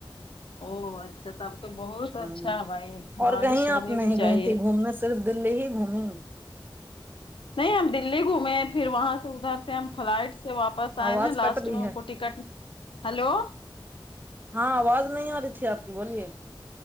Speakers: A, on the left; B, on the right.
A: او اچھا تب تو بہت
B: ہوں
A: اچھا بھائی
B: اور
A: بارش
B: کہیں
A: ہونی
B: آپ نہیں
A: بھی چاہیے
B: گئی تھی گھومنے صرف دلی ہی گھومیں
A: نہیں ہم دلی گھومے پھر وہاں سے ادھر سے ہم فلائٹ سے واپ پس آئیں
B: آواز
A: نا لاسٹ
B: کٹ رہی
A: میں ہم
B: ہے
A: کو ٹکٹک ہلو
B: ہاں آواز نہیں آ رہی تھی آپ کی بولیے